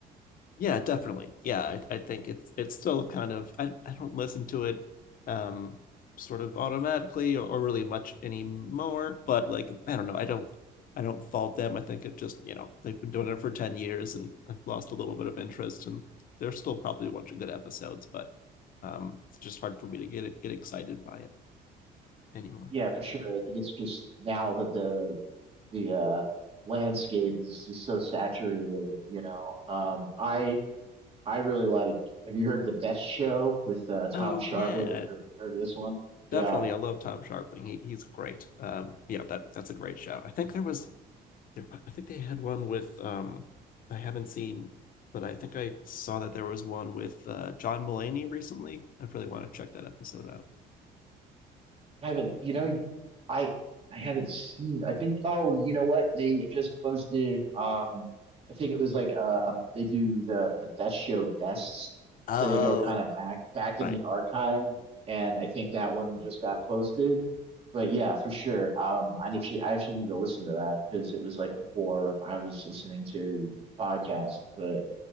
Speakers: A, on the left (about 55°); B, on the right (about 35°).
A: yeah definitely yeah I, I think it's it's still kind of I, I don't listen to it um sort of automatically or, or really much anymore but like I don't know I don't I don't fault them I think it just you know they've been doing it for 10 years and I've lost a little bit of interest and there's still probably a bunch of good episodes but um it's just hard for me to get get excited by it anymore
B: Yeah, for sure. I think it's just now that the the uh landscape is just so saturated, you know. Um I I really like. Have you heard the Best Show with uh,
A: oh
B: Tom Sharpling?
A: yeah
B: Have you heard, heard of this one? Yeah,
A: definitely I love Tom Sharpling he, he's great um yeah that that's a great show I think there was I think they had one with um I haven't seen, but I think I saw that there was one with uh, John Mulaney recently. I really want to check that episode out.
B: I haven't. You know, I I haven't seen. I think. Oh, you know what? They just posted. Um, I think it was like uh, a, they do the the Best Show bests,
A: Oh,
B: so they go kind of back back
A: Right.
B: in the archive, and I think that one just got posted. But yeah, for sure. Um, I actually I actually need to listen to that because it was like before I was listening to podcasts, but.